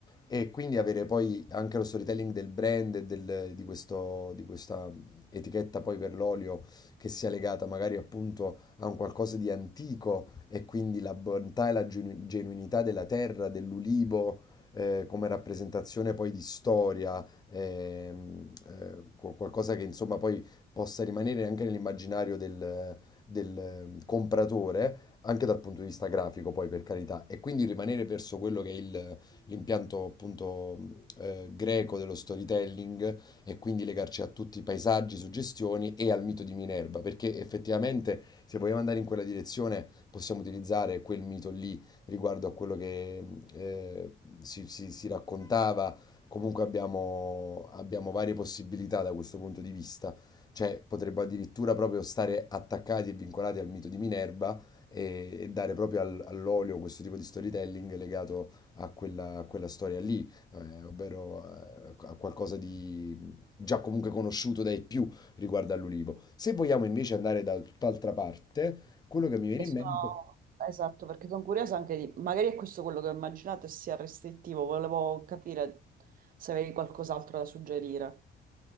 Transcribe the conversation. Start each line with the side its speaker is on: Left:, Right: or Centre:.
Left: e quindi avere poi anche lo storytelling del brand e del- di questo- di questa etichetta poi per l'olio che sia legata magari appunto a un qualcosa di antico e quindi la bontà e la genu- genuinità della terra, dell'ulivo, eh, come rappresentazione poi di storia ehm, eh, qu- qualcosa che insomma poi possa rimanere anche nell'immaginario del, del, eh, compratore, anche dal punto di vista grafico, poi per carità, e quindi rimanere verso quello che è il- l'impianto appunto eh, greco dello storytelling e quindi legarci a tutti i paesaggi, suggestioni e al mito di Minerva, perché effettivamente se vogliamo andare in quella direzione possiamo utilizzare quel mito lì riguardo a quello che eh, si, si- si raccontava comunque abbiamo, abbiamo varie possibilità da questo punto di vista. Cioè, potremmo addirittura proprio stare attaccati e vincolati al mito di Minerva e, e dare proprio al- all'olio questo tipo di storytelling legato a quella, a quella storia lì, eh, ovvero eh, a qualcosa di già comunque conosciuto dai più riguardo all'ulivo. Se vogliamo invece andare da tutt'altra parte, quello che mi viene
Right: E
Left: in
Right: sono-
Left: mente...
Right: Esatto, perché sono curiosa anche di... Magari è questo quello che ho immaginato e sia restrittivo. Volevo capire se avevi qualcos'altro da suggerire.